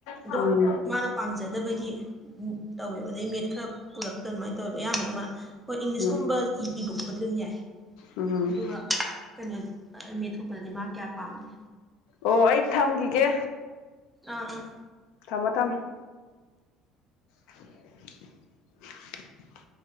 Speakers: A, in the centre; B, on the left.
A: ꯑꯗꯨꯝ
B: ꯎꯝ
A: ꯃꯥꯅ ꯄꯥꯝꯖꯗꯕꯒꯤ ꯎꯝ ꯇꯧꯋꯦꯕ ꯑꯗꯩ ꯃꯦꯠ ꯈꯔ ꯄꯨꯔꯛꯇ ꯑꯗꯨꯃꯥꯏꯅ ꯇꯧꯋꯦꯕ ꯑꯌꯥꯝꯕꯅ ꯃꯥ ꯍꯣꯏ ꯏꯪꯂꯤꯁ
B: ꯎꯝ
A: ꯒꯨꯝꯕꯥ ꯏ ꯏꯕꯥ ꯈꯣꯠꯄꯥ ꯗ ꯑꯗꯨꯝ ꯌꯥꯏ꯫
B: ꯎꯝ
A: ꯑꯗꯨꯒ ꯀꯩꯅꯣ ꯃꯦꯠ ꯊꯣꯛꯄꯗꯗꯤ ꯃꯥ ꯀꯌꯥ ꯄꯥꯝꯗꯦ꯫
B: ꯑꯣꯍ ꯑꯩ ꯊ꯭ꯃꯒꯤꯒꯦ꯫
A: ꯑꯦ. ꯑꯦ
B: ꯊ꯭ꯃꯣ ꯊꯝ꯫ <unintelligible>